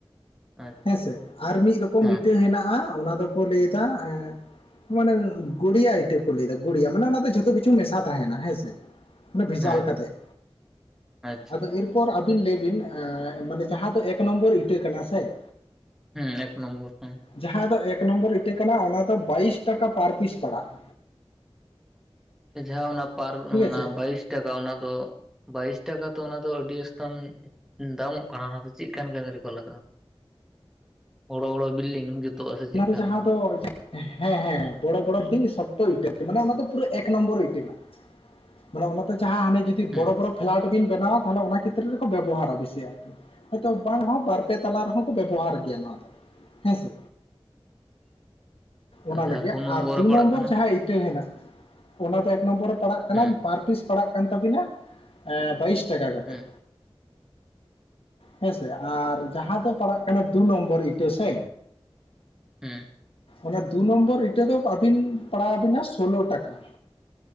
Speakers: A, in the centre; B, on the left.
A: ᱟᱪᱪᱷᱟ
B: ᱦᱮᱸᱥᱮ ᱟᱨ ᱢᱤᱫ ᱨᱚᱠᱚᱢ
A: ᱦᱮᱸ
B: ᱤᱴᱟᱹ ᱦᱮᱱᱟᱜᱼᱟ, ᱚᱱᱟ ᱫᱚᱠᱚ ᱞᱟᱹᱭᱫᱟ ᱮ ᱢᱟᱱᱮ ᱜᱚᱲᱤᱭᱟ ᱤᱴᱟᱹ ᱠᱚ ᱞᱟᱹᱭᱫᱟ ᱜᱩᱲᱤᱭᱟ ᱢᱟᱱᱮ ᱚᱱᱟᱛᱮ ᱡᱷᱚᱛᱚ ᱠᱤᱪᱷᱩ ᱢᱮᱥᱟ ᱛᱟᱦᱮᱱᱟ ᱦᱮᱸᱥᱮ᱾ ᱢᱟᱱᱮ ᱵᱷᱮᱡᱟᱞ
A: ᱦᱮᱸ ᱦᱮᱸ
B: ᱠᱟᱛᱮᱫ
A: ᱟᱪᱪᱷᱟ
B: ᱟᱫᱚ ᱮᱨᱯᱚᱨ ᱟᱵᱤᱱ ᱞᱟᱹᱭ ᱵᱤᱱ ᱢᱟᱱᱮ ᱡᱟᱦᱟᱸ ᱫᱚ ᱮᱠ ᱱᱚᱢᱵᱚᱨ ᱤᱴᱟᱹ ᱠᱟᱱᱟ ᱥᱮ
A: ᱦᱮᱸ ᱮᱠ ᱱᱚᱢᱵᱚᱨ ᱠᱷᱚᱱ
B: ᱡᱟᱦᱟᱸᱭ ᱫᱚ ᱮᱠ ᱱᱚᱢᱵᱚᱨ ᱤᱴᱟᱹ ᱠᱟᱱᱟ ᱚᱱᱟ ᱫᱚ ᱵᱟᱭᱤᱥ ᱴᱟᱠᱟ ᱯᱟᱨ ᱯᱤᱥ ᱯᱟᱲᱟᱜᱼᱟ᱾
A: ᱡᱟᱸᱦᱟᱸ ᱚᱱᱟ ᱯᱟᱨ
B: ᱴᱷᱤᱠ
A: ᱚᱱᱟ
B: ᱟᱪᱷᱮ
A: ᱵᱟᱭᱤᱥ ᱴᱟᱠᱟ ᱚᱱᱟ ᱫᱚ ᱵᱟᱭᱤᱥ ᱴᱟᱠᱟ ᱛᱚ ᱚᱱᱟ ᱫᱚ ᱟᱹᱰᱤ ᱟᱥᱛᱟᱢ ᱫᱟᱢᱚᱜ ᱠᱟᱱᱟ ᱚᱱᱟ ᱫᱚ ᱪᱮᱫ ᱞᱮᱠᱟᱱ ᱠᱟᱹᱢᱤ ᱨᱮᱠᱚ ᱞᱟᱜᱟᱣᱟ, ᱵᱚᱲᱚ ᱵᱚᱲᱚ ᱵᱤᱞᱰᱤᱝ ᱡᱩᱛᱚᱜᱼᱟ ᱥᱮ ᱪᱮᱫᱠᱟ
B: ᱚᱱᱟᱨᱮ ᱡᱟᱦᱟᱸ
A: ᱚᱱᱟ
B: ᱫᱚ ᱦᱮᱸ ᱦᱮᱸ ᱵᱚᱲᱚ ᱵᱚᱲᱚ ᱤᱝ ᱥᱚᱠᱛᱚ ᱤᱴᱟ. ᱢᱟᱱ ᱚᱱᱟ ᱫᱚ ᱯᱩᱨᱟᱹ ᱮᱠ ᱱᱚᱢᱵᱚᱨ ᱤᱴᱟ. ᱠᱟᱱᱟ᱾ ᱢᱟᱱᱮ ᱚᱱᱟᱛᱮ ᱡᱟᱸᱦᱟᱸ ᱦᱟᱱᱮ ᱡᱩᱫᱤ
A: ᱦᱩᱸ
B: ᱵᱚᱲᱚ ᱵᱚᱲᱚ ᱯᱷᱮᱞᱟᱴ ᱵᱤᱱ ᱵᱮᱱᱟᱣᱟ ᱛᱟᱦᱚᱞᱮ ᱚᱱᱟ ᱠᱷᱮᱛᱨᱮ ᱨᱮᱠᱚ ᱵᱮᱵᱚᱦᱟᱨᱟ ᱵᱮᱥᱤ ᱟᱨᱠᱤ᱾ ᱦᱳᱭᱛᱳ ᱵᱟᱝ ᱦᱚᱸ ᱵᱟᱨᱯᱮ ᱛᱟᱞᱟ ᱨᱮᱦᱚᱸ ᱠᱚ ᱵᱮᱵᱚᱦᱟᱨ ᱜᱮᱭᱟ ᱱᱚᱣᱟ ᱫᱚ ᱦᱮᱸᱥᱮ᱾ ᱚᱱᱟ
A: ᱡᱟᱦᱟᱸ
B: ᱞᱟᱹᱜᱤᱫ ᱟᱨ ᱫᱩ
A: ᱨᱮ ᱯᱟᱲᱟᱜ
B: ᱱᱚᱢᱵᱚᱨ
A: ᱠᱟᱱᱟ
B: ᱡᱟᱸᱦᱟᱸ ᱤᱴᱟᱹ ᱦᱮᱱᱟᱜ ᱚᱱᱟ ᱫᱚ ᱮᱠ ᱱᱚᱢᱵᱚᱨ ᱨᱮ ᱯᱟᱲᱟᱜ ᱠᱟᱱᱟ
A: ᱦᱩᱸ
B: ᱵᱟᱨ ᱯᱤᱥ ᱯᱟᱲᱟᱜ ᱠᱟᱱ ᱛᱟᱵᱤᱱᱟ ᱵᱟᱭᱤᱥ ᱴᱟᱠᱟ ᱠᱟᱛᱮᱫ᱾
A: ᱦᱩᱸ
B: ᱦᱮᱸᱥᱮ ᱟᱨ ᱡᱟᱦᱟᱸ ᱫᱚ ᱯᱟᱲᱟᱜ ᱠᱟᱱᱟ ᱫᱩ ᱱᱚᱢᱵᱚᱨ ᱤᱴᱟᱹ ᱥᱮ
A: ᱦᱮᱸ
B: ᱚᱱᱟ ᱫᱩ ᱱᱚᱢᱵᱚᱨ ᱤᱴᱟᱹ ᱫᱚ ᱟᱹᱵᱤᱱ ᱯᱟᱲᱟᱣᱵᱤᱱᱟ ᱥᱳᱞᱳ ᱴᱟᱠᱟ᱾